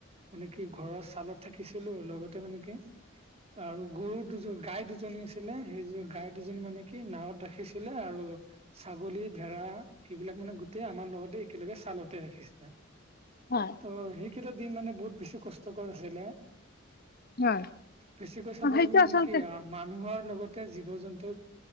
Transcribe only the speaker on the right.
মানে কি ঘৰৰ ছালত থাকিছিলো লগতে মানে কি আৰু গৰুৰ দুযোৰ গাই দুজনী আছিলে সেইযোৰ গাই দুজনী মানে কি নাৱত ৰাখিছিলে আৰু ছাগলী ভেড়া এইবিলাক মানে গোটেই আমাৰ লগতে একেলগে ছালতে ৰাখিছিলে।
অ', সেইকেইটা দিন মানে বহুত বেছি কষ্টকৰ আছিলে।
বেছিকৈ চাব
গ'লে
মানে কি আৰু মানুহৰ লগতে জীৱ জন্তু